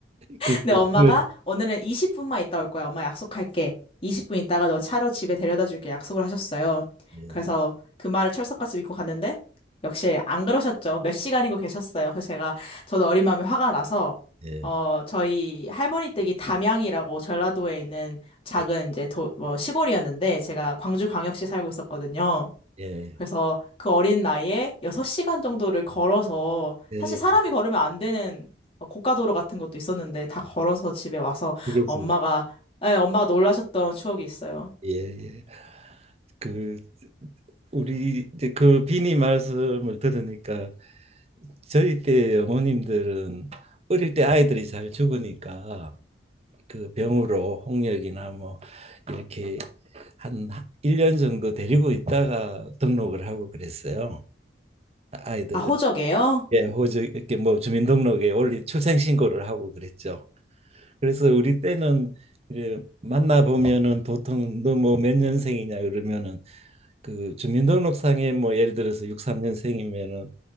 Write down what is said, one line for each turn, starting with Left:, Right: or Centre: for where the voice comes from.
Right: 그,
Left: 근데 엄마가
Right: 그
Left: 오늘은 20분만 있다 올 거야. 엄마 약속할게. 20분 있다가 너 차로 집에 데려다 줄게. 약속을 하셨어요.
Right: 예.
Left: 그래서 그 말을 철석같이 믿고 갔는데 역시 안 그러셨죠. 몇 시간이고 계셨어요. 그래서 제가 저도 어린 마음에 화가 나서
Right: 예.
Left: 어 저희 할머니 댁이 담양이라고 전라도에 있는 작은
Right: 예.
Left: 이제 도, 뭐 시골이었는데 제가 광주광역시 살고 있었거든요.
Right: 예.
Left: 그래서 그 어린 나이에 6시간 정도를 걸어서
Right: 예,
Left: 사실
Right: 예,
Left: 사람이 걸으면 안 되는 뭐 고가도로 같은 것도 있었는데 다 걸어서 집에 와서
Right: 알겠습니다.
Left: 엄마가 예, 엄마가 놀라셨던 추억이 있어요.
Right: 예, 예. 그 우리 이제 그 비니 말씀을 들으니까 저희 때 어머님들은 어릴 때 아이들이 잘 죽으니까 그 병으로 홍역이나 뭐 이렇게 한 1년 정도 데리고 있다가 등록을 하고 그랬어요. 아이들을
Left: 아, 호적이에요?
Right: 예, 호주 이렇게 뭐 주민등록에 올리 출생 신고를 하고 그랬죠. 그래서 우리 때는 이제 만나 보면은 보통 너 뭐 몇 년생이냐 그러면은 그 주민등록상에 뭐 예를 들어서 63년생이면은